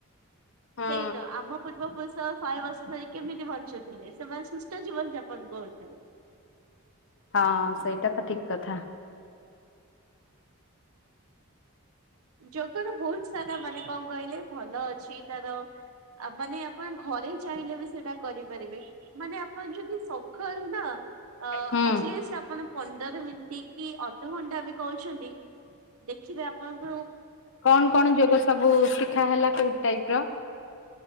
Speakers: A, on the left (about 55°); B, on the right (about 75°).
A: ହୁଁ
B: ସେଇତ ଆମ ପୂର୍ବପୁରୁଷ ଶହେ ବର୍ଷ ଧରି କେମିତି ବଞ୍ଚୁଥିଲେ ସେମାନେ ସୁସ୍ଥ ଜୀବନ ଯାପନ କରହୁଥିଲେ।
A: ହଁ ସେଇଟା ତ ଠିକ କଥା।
B: ଯୋଗର ବହୁତ ସାରା ମାନେ କଣ କହିଲେ ଭଲ ଅଛି ତାର। ଆ ମାନେ ଆପଣ ଘରେ ଚାହିଁଲେ ବି ସେଟା କରିପାରିବେ ମାନେ ଆପଣ ଯଦି ସ ଖର ନା ଆ
A: ହୁଁ
B: ଆକ୍ ଚୋଲି ସପନ ପନ୍ଦର ମିିନିଟ କି ଅଧ୍ ଦେଢ଼ ଘଣ୍ଟା ବି କହୁଛନ୍ତି ଦେଖିବେ ଆପଣଙ୍କର
A: କଣ କଣ ଯୋଗ ସବୁ ଶିଖା ହେଲା କୋଉ ଟାଇପ ର?